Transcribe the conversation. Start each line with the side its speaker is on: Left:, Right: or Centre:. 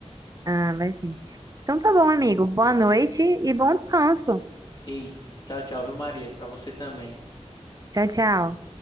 Right: Ah, vai sim. Então tá bom, amigo. Boa noite e bom descanso.
Left: Ei, tchau, tchau, viu, Maria? Pra você também.
Right: Tchau, tchau.